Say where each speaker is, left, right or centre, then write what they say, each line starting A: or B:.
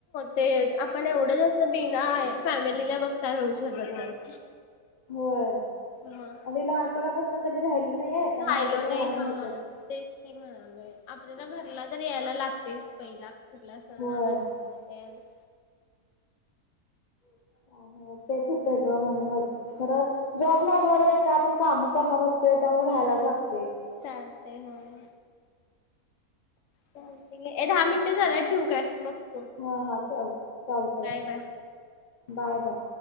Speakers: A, on the left (about 70°); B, on the left (about 35°).
A: तेच आपण एवढा दिवसा बिना फॅमिलीला बघता राहू शकत नाही.
B: होय
A: मग
B: आणि लहानपणापासून.. ला कधी राहिलं नाहीये त्यामुळे
A: राहिलो
B: आता ते
A: नाही
B: राहणं
A: हा
B: होतच नाही.
A: तेच की म्हणालोय. आपल्याला घरला तर यायला लागतेस पहिला. कुठला सण
B: होय
A: आला की <inaudible>
B: <unintelligible> तेच होतय ग म्हणूनच खर जॉब.. लागल्या वर काय? आपण काम करणार असतोय त्यामुळे राहायलाच लागते.
A: चालते होय. चालते, दहा मिनटं झाल्या ठेव काय मग
B: हा हा चाल चालतय.
A: Bye
B: bye bye